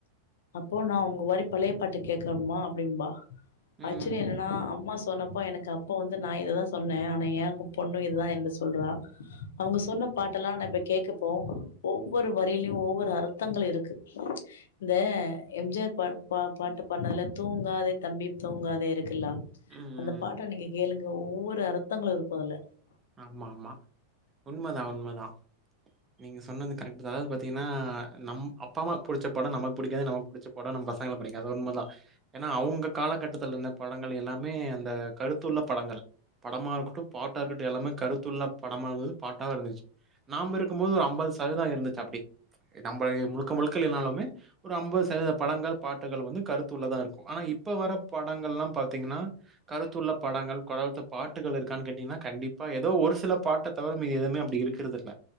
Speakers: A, on the left; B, on the right.
A: அப்போ நா உங்க ஒரிப் பழை பாட்டு கேட்கன்மா அப்டிம்பா
B: ம்
A: ஆச்சுவலி என்னனா அம்மாஸ் சொன்னப்போ எனக்கு அப்ப வந்து நா இததான் சொன்ன ஆனா யா பொண்ணு <unintelligible> சொல்றா அவுங்க சொன்ன பாட்டு லா நா இப்ப கேக்கப்போ ஒவ்வொரு வரிலியு ஒவ்வொரு அர்தங்கள் இருக்கு இந்த எம்ஜிஆர் பாட் பா பாட்டு பண்ணல தூங்காதே தம்பி தூங்காதே இருக்குல்லா
B: ம்
A: அந்த பாட்ட நீங்க ஏளுங்க ஒவ்வொரு அர்த்தங்ளு இருக்கு அதுல
B: ஆமா ஆமா உண்மதா உண்மதா நீங்க சொன்னது கரெக்ட் தா அதாவது பாத்தீங்கனா நம் அப்பா அம்மா புடிச்ச பட நமக் புடிக்காது நமக் புடிச்ச பட நம் பசங்ள புடி அத உண்மதா எனா அவுங்க காலகட்டதுலா இன்ன படங்கள் எல்லாமே அந்த கடுத்துள்ள படங்கள் படமா இருக்குட்டு பாட்டா இர்க்கட் எல்லாமே கருத்துள்ள படமாவு பாட்டாவு இருந்துச்சு நாம்ப இருக்குபோது அம்பது சதவீதம் இருந்துச்சு அப்டி. நம்ப முழுக்க முழுக்க இல்லைனாலுமே ஒரு அம்பது சதவீத படங்கள் பாட்டுகள் வந்து கருத்துள்ளதா இருக்கு. ஆனா இப்ப வர படங்களாம் பாத்திங்கனா கருத்துள்ள படங்கள் பாட்டுகள் இருக்கானு கேட்டாங்கனா கண்டிப்ப இப்ப ஏதோ ஒருசில பாட்ட தவர மீதி எதுமே அப்டி இருக்கறதில்ல.